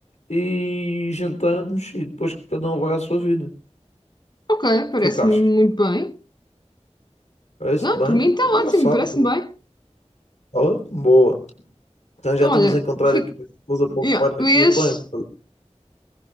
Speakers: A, on the left; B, on the left.
A: e jantamos e depois cada um vai à sua vida. O
B: ok, parece-me
A: que é que achas?
B: muito bem.
A: Parece-te
B: Não,
A: bem?
B: por mim está
A: Então
B: ótimo,
A: já sabe.
B: parece-me bem.
A: Tá ótimo, boa. Então
B: Então,
A: já estamos
B: olha,
A: a encontrar
B: fica.
A: aqui coisa para ocupar
B: Yeah, vês?
A: aqui o tempo.